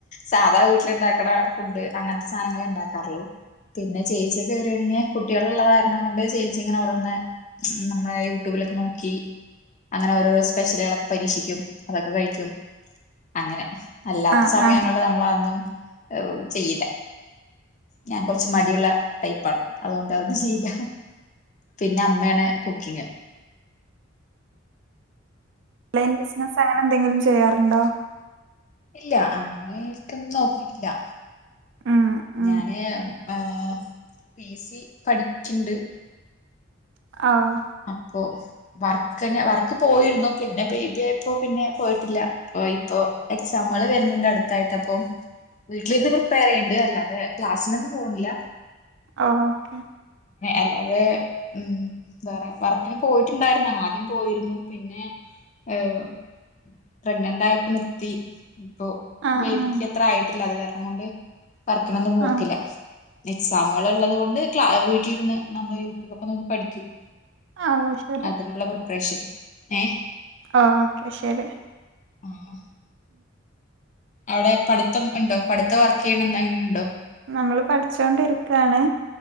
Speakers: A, on the left (about 35°); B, on the right (about 60°).
A: സാധാ വീട്ടിലൊണ്ടാക്കണ ഫുഡ് അങ്ങെനത്തെ സാനങ്ങളെ ഉണ്ടാക്കാറുള്ളൂ. പിന്നെ ചേച്ചിയൊക്കെ വരുവാണെങ്കി കുട്ടികളൊള്ള കാരണം കൊണ്ട് ചേച്ചിങ്ങനെ ഓരോന്ന്. നമ്മളെ യൂട്യൂബിലൊക്കെ നോക്കി അങ്ങനെ ഓരോരോ സ്പെഷ്യലുകളൊക്കെ പരീക്ഷിക്കും. അതൊക്കെ കഴിക്കും അങ്ങെനെ അല്ലാത്ത
B: ആ
A: സമങ്ങളിൽ
B: ആ
A: നമ്മളഒന്നും. ഔ ചെയില. ഞാൻ കൊറെച്ച് മടിഉള്ള ടൈപ്പാണ് അതുകൊണ്ട് അത് ന് ചെയ്യില്ല. പിന്നെ അമ്മേണ് കുക്കിങ്ങ്
B: ൺലൈൻ ബിസ്നസ് അങ്ങനെന്തെങ്കിലും ചെയ്യാറ്ണ്ടോ?
A: ഇല്ല അങ്ങനെ ഈട്ത്തൊന്നും നോക്കീട്ട്ല്ലാ
B: ഉം ഉം
A: ഞാന് ഏഹ് പി എ സ്സി പഠിക്ക്ണ്ട്
B: ആഹ്
A: അം പ്പോ വർക്ക്ന് വർക്ക് പോയിര്ന്നു പിന്നെ ബേബിയായപ്പോ പിന്നെ പോയ്ട്ട്ല്ല പോയിപ്പോ എക്സാമ്കള് വെര്ണ്‌ണ്ട് അട്ത്തായിട്ടപ്പൊ വീട്ടില്ര്ന്ന് പ്രിപ്പയറെയ്യ്ണ്ട് അല്ലാതെ ക്ലാസ്സ്നൊന്നും പോൺല്ലാ
B: ഓക്കെ
A: അല്ലാതെ ഉം വേറെ വർക്ക്ന് പോയ്ട്ട്ണ്ടായ്ര്ന്നാണ് ആദ്യം പോയിര്ന്നു പിന്നേ ഏഹ് പ്രെഗ്നന്റ് ആയപ്പം നിർത്തി ഇപ്പൊ
B: ആ
A: ബേബിക്കത്ര
B: ആ
A: ആയ്ട്ടില്ല അത് കാരണം കൊണ്ട് വർക്ക്നൊന്നും പോക്ക്ല്ലാ
B: ആ
A: എക്സാമ്കള്‌ള്ളത് കൊണ്ട് ക്ലാ വീട്ടില്‌ര്ന്ന് നമ്മെള് യൂട്യൂബൊക്കെ നോക്കി പഠിക്കും
B: ഓ ശരി
A: അതിനൊള്ള പ്രിപ്പ്റേഷൻ ഏഹ്
B: ആഹ് ഓക്കെ ശെരി
A: ആഹ് അവെടെ പഠ്ത്തം ഒണ്ടോ പഠ്ത്തം വർക്കെയ്യ്ണെന്തെങ്കിണ്ടോ?
B: നമ്മള് പഠ്‌ച്ചോണ്ട്ര്ക്കാണ്